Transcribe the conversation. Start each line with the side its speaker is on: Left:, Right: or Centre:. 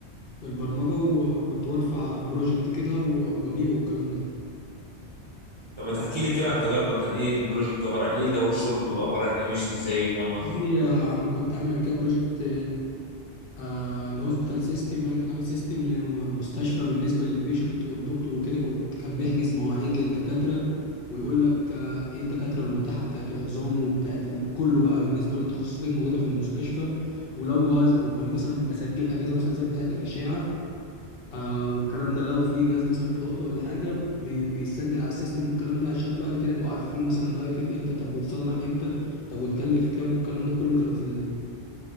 Left: في البرمجه و- وكنت برفع بروجكت كده و- وابيعه والكلام ده
Right: طب ما تحكي لي كده عن تجاربك كان ايه البروجكت عباره عن ايه اللي هو الشغل بيبقى عباره عن ايه ماشي ازاي فاهم قصدي
Left: في- آه، عم كنت عامل قبل كده بروجكت آه الهوسبيتال سيستم يعني كنت عامل سيستم لمستشفى بالنسبه للبيشنت والدكتور وكده كنت كان بيحجز مواعيد للدكاتره ويقول لك آه ايه الدكاتره المتاحه بتاعه العظام وبتاعه ال- كله بقى بالنسبه للتخصصات الموجوده في المستشفى ولو جهاز وكان مثلا بسجل اجهزه مثلا زي بتاعه الاشاعه آه والكلام ده لو في جهاز مثلا في عطله ولا حاجه بي- بيسجل على السيستم والكلام ده عشان بعد كده يبقوا عارفين مثلا ده قتل امتى طب وتصلح امتى طب وتكلف كام والكلام ده كله كان في